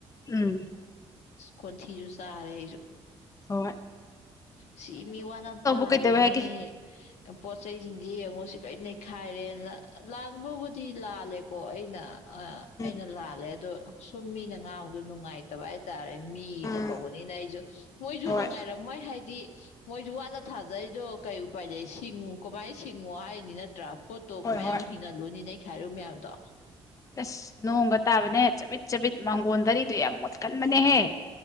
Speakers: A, on the left (about 30°); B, on the left (about 75°).
A: ꯎꯝ
B: ꯀꯣꯊꯤꯁꯨ ꯁꯥꯔꯦ ꯑꯩꯁꯨ
A: ꯍ
B: ꯁꯤ ꯃꯤ ꯋꯥꯅ ꯊꯥꯔꯤꯅꯦ
A: ꯀꯩꯗꯧꯋꯦ ꯍꯥꯏꯒꯦ
B: ꯄꯣꯠꯆꯩꯖꯤꯡꯖꯦ ꯌꯦꯡꯉꯨ ꯁꯤ ꯂꯣꯏ ꯅꯩꯈꯥꯏꯔꯦꯅ ꯂꯥꯟꯕꯕꯨꯗꯤ ꯂꯥꯜꯂꯦꯀꯣ ꯑꯩ꯫ ꯑꯩꯅ
A: ꯎꯝ
B: ꯑꯩꯅ ꯂꯥꯜꯂꯦ ꯑꯗꯣ ꯁꯨꯝ ꯃꯤꯅ ꯉꯥꯡꯕꯗꯣ ꯅꯨꯡꯉꯥꯏꯇꯕ ꯍꯥꯏꯇꯥꯔꯦ ꯃꯤ
A: ꯎꯝ
B: ꯑꯃ ꯀꯧꯕꯅꯤꯅ ꯑꯩꯖꯨ ꯃꯣꯏꯖꯨ
A: ꯍꯣꯏ
B: ꯅꯨꯡꯉꯥꯏꯔꯝ ꯃꯣꯏ ꯍꯥꯏꯗꯤ ꯃꯣꯏꯖꯨ ꯋꯥꯅ ꯊꯥꯖꯔꯤꯗꯣ ꯀꯩ ꯎꯄꯥꯏ ꯂꯩ ꯁꯤꯡꯉꯨ ꯀꯃꯥꯏ ꯁꯤꯡꯉꯣ ꯍꯥꯏꯅꯤ ꯅꯠꯇ꯭ꯔꯥ꯫ ꯄꯣꯠꯇꯣ
A: ꯍꯣꯏ
B: ꯀꯃꯥꯏꯅ
A: ꯍꯣꯏ
B: ꯑꯃꯨꯛ ꯍꯤꯡꯍꯜꯂꯨꯅꯤꯅꯦ ꯑꯩ ꯍꯥꯏꯔꯨ ꯃꯌꯥꯝꯗꯣ
A: ꯑꯁ ꯅꯣꯡꯒ ꯇꯥꯕꯅꯦ ꯆꯕꯤꯠ ꯆꯕꯤꯠ ꯃꯥꯡꯒꯣꯟ ꯔꯤꯗꯨꯣ ꯌꯥꯝ ꯃꯣꯠꯀꯟꯕꯅꯦꯍꯦ